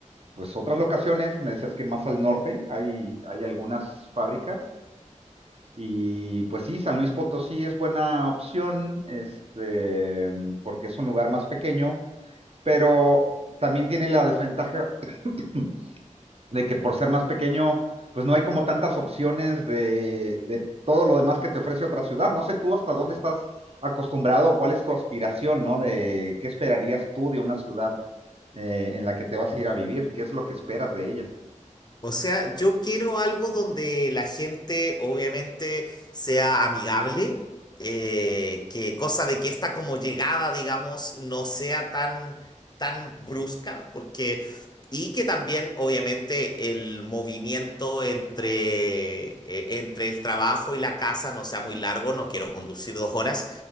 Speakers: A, on the right; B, on the left.
A: pues otras locaciones. Me decías que más al norte hay, hay algunas fábricas. Y pues sí, San Luis Potosí es buena opción, este, porque es un lugar más pequeño, pero también tiene la desventaja <clears throat> de que por ser más pequeño, pues no hay como tantas opciones de, de todo lo demás que te ofrece otra ciudad. No sé tú hasta dónde estás acostumbrado o cuál es tu aspiración, ¿no? De qué esperarías tú de una ciudad eh, en la que te vas a ir a vivir, qué es lo que esperas de ella.
B: O sea, yo quiero algo donde la gente obviamente sea amigable, eh, que cosa de que esta como llegada, digamos, no sea tan, tan brusca, porque, y que también obviamente el movimiento entre, eh, entre el trabajo y la casa no sea muy largo, no quiero conducir dos horas,